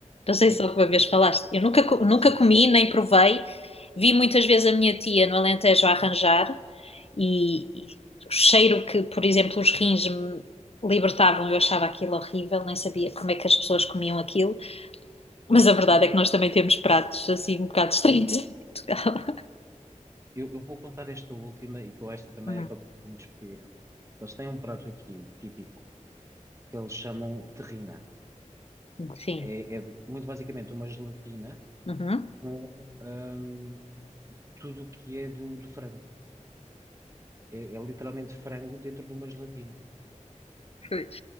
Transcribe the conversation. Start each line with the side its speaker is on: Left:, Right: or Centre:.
Left: Não sei
Right: Sim,
Left: se alguma vez falaste. Eu nunca, co- nunca
Right: sim,
Left: comi,
Right: sim.
Left: nem provei. Vi muitas vezes a minha tia no Alentejo a arranjar, e, e o cheiro que, por exemplo, os rins me libertavam, eu achava aquilo horrível, nem sabia como é que as pessoas comiam aquilo, mas a verdade é que nós também temos pratos assim um bocado estranhos em Portugal.
Right: Eu, eu vou contar esta última e com esta também
Left: Uhum.
Right: acabo por me despedir. Eles têm um prato aqui típico que eles chamam terrina.
Left: Sim.
Right: É, é muito basicamente uma gelatina
Left: Uhum.
Right: com hum, tudo o que é do, do frango. É, é literalmente frango dentro de uma gelatina.
Left: Pois.